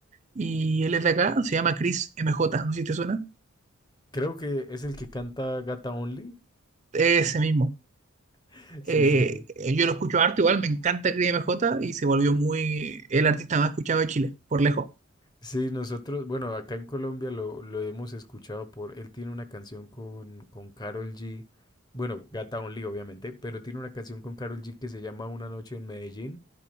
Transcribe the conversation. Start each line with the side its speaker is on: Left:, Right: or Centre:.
Right: Y él es de acá, se llama Chris M J. no sé si te suena.
Left: Creo que es el que canta Gata Only.
Right: Ese mismo.
Left: <laughs> Sí,
Right: Eh,
Left: sí, sí.
Right: yo lo escucho harto, igual me encanta Chris M J. y se volvió muy el artista más escuchado de Chile, por lejos.
Left: Sí, nosotros, bueno, acá en Colombia lo, lo hemos escuchado por, él tiene una canción con, con Karol G, bueno, Gata Only obviamente, pero tiene una canción con Karol G que se llama Una noche en Medellín